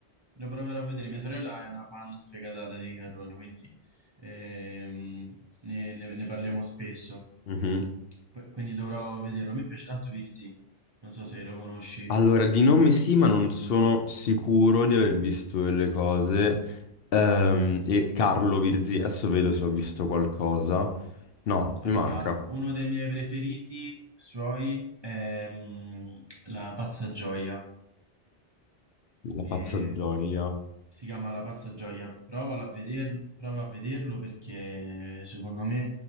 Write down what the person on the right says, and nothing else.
Lo proverò a vedere. Mia sorella è una fan sfegatata di Carlone, quindi ehm, ne, ne- ne parliamo spesso.
P- quindi dovrò vederlo. A me piace tanto Virzì, non so se lo conosci.
Allora,
uno dei miei preferiti suoi è mm, La Pazza Gioia.
E
si chiama La Pazza Gioia. Provala a vederlo, prova a vederlo perché secondo me